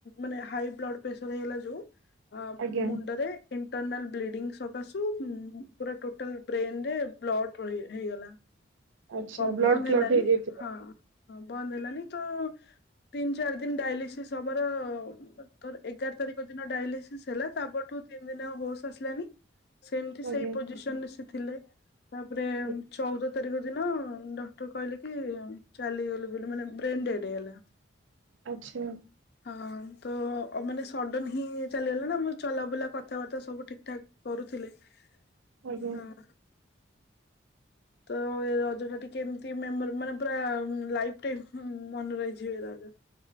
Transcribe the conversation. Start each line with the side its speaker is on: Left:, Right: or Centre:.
Left: ମାନେ ହାଇ ବ୍ଲଡ ପ୍ରେସର ହେଇଗଲା ଯୋଉ ଅ
Right: ଆଜ୍ଞା ଆଜ୍ଞା।
Left: ମୁଣ୍ଡରେ ଇଣ୍ଟରନାଲ ବ୍ଲିଡିଙ୍ଗ ସକାଶୁ ଉମ୍ ପୁରା ଟୋଟାଲ ବ୍ରେନରେ ବ୍ଲଡ଼ ହେଇଗଲା।
Right: ଆଚ୍ଛା
Left: କ
Right: ବ୍ଲଡ
Left: ବନ୍ଦ
Right: କ୍ଲଟ
Left: ହେଲାନି
Right: ହେଇଯାଇଥିବ
Left: ହଁ ହ ବନ୍ଦ ହେଲାନି ତ ତିନି ଚାରି ଦିନ ଡାଇଲିସିସ୍ ହବାର ତର ଏଗାର ତାରିଖ ଦିନ ଡାଇଲିସିସ୍ ହେଲା ତାପରଠୁ ଏବେ <unintelligible> ହୋସ ଆସିଲାଣି। ସେମତି ସେଇ
Right: ଆଜ୍ଞା।
Left: ପୋଜିସନରେ ସେ ଥିଲେ ତାପରେ
Right: ଆଜ୍ଞା।
Left: ଚଉଦ ତାରିଖ ଦିନ ଡକ୍ଟର କହିଲେ କି ଚାଲିଗଲେ ବୋଲି ମାନେ ବ୍ରେନ ଡେଟ୍ ହେଇଗଲା।
Right: ଆଚ୍ଛା।
Left: ହଁ ତ ମାନେ ସଡନ ହିଁ ଚାଲିଗଲା ନା ମ ଚଲାବୁଲା କଥାବାର୍ତ୍ତା ସବୁ ଠିକଠାକ୍ କରୁଥି ହଁ।
Right: ଆଜ୍ଞା
Left: ତ ଏ ରଜଟା ଟିକେ ଏମତି ମେମୋରି-ମାନେ ପୁରା ଲାଇଫ ଟାଇମ୍ ମନେ ରହିଯିବ। ହ।